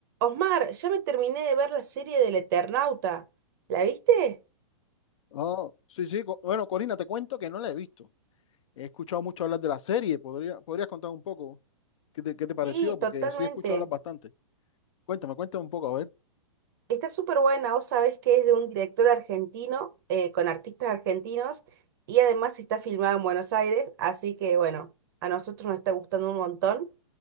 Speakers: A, on the right; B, on the left.
A: Osmar, ya me terminé de ver la serie del Eternauta. ¿La viste?
B: Oh, sí, sí. co- Bueno, Corina, te cuento que no la he visto. He escuchado mucho hablar de la serie. ¿Podría, podrías contar un poco qué te, qué te
A: Sí,
B: pareció? Porque
A: totalmente.
B: sí he escuchado hablar bastante. Cuéntame, cuéntame un poco, a ver.
A: Está súper buena. Vos sabés que es de un director argentino, eh, con artistas argentinos, y además está filmada en Buenos Aires, así que bueno, a nosotros nos está gustando un montón.